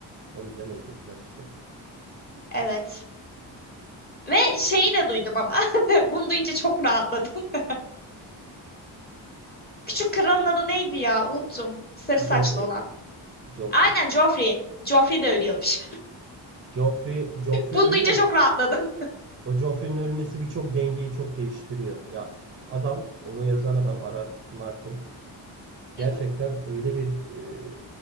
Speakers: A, on the right (about 25°); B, on the left (about 20°).
A: O yüzden öldürdüler işte.
B: Evet. Ve şeyi de duydum ama <laughs> bunu duyunca çok rahatladım. <laughs> Küçük kralın adı neydi ya unuttum. Sarı
A: Joffrey,
B: saçlı olan.
A: Joffrey.
B: Aynen Joffrey. Joffrey de ölüyormuş.
A: Joffrey, Joffrey
B: Bunu
A: ölüyor.
B: duyunca çok rahatladım.
A: O Joffrey'nin ölmesi birçok dengeyi çok değiştiriyor. Ya adam, onu yazan adam arar. Martin gerçekten
B: Hı hı,
A: öyle bir e,